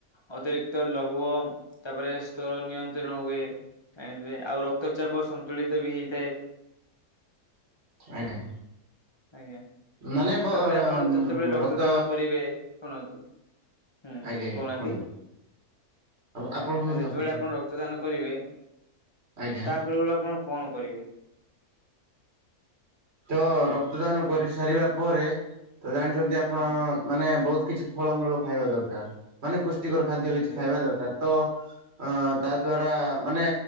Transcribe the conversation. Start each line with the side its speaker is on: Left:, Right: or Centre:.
Left: ଅତିରିକ୍ତ ଲହ୍ୱ ତାପରେ ସ୍ତର ନିୟନ୍ତ୍ରଣ ହୁଏ। ଆଣିଥିବେ ଆଉ ରକ୍ତ ଚାପ ସନ୍ତୁଳିତ ବି ହେଇଥାଏ।
Right: ଆଜ୍ଞା।
Left: ଆଜ୍ଞା
Right: ମାନେ ବ
Left: ତାପରେ
Right: ର
Left: ଆପଣ ଯେତେବେଳେ ରକ୍ତଦାନ
Right: ରକ୍ତ
Left: କରିବେ ଶୁଣନ୍ତୁ ହୁଁ
Right: ଆଜ୍ଞା ଆଜ୍ଞା
Left: କହୁନାହାନ୍ତି
Right: କୁହନ୍ତୁ ଆପଣ କୁହନ୍ତୁ
Left: ଯେତେବେଳେ
Right: କୁହନ୍ତୁ
Left: ଆପଣ ରକ୍ତଦାନ କରିବେ।
Right: ଆଜ୍ଞା
Left: <unintelligible> ଆପଣ କଣ କରିବେ?
Right: ତ ରକ୍ତଦାନ କରି ସାରିବା ପରେ ତ ଜାଣିଛନ୍ତି ଆପଣ
Left: ହୁଁ
Right: ମାନେ ବହୁତ କିଛି ଫଳମୂଳ ଖାଇବା ଦରକାର। ମାନେ ପୁଷ୍ଟିକର ଖାଦ୍ୟ
Left: ନିହାତି
Right: କିଛି ଖାଇବା ଦରକାର ତ ଅ ତା ଦ୍ଵାରା ମାନେ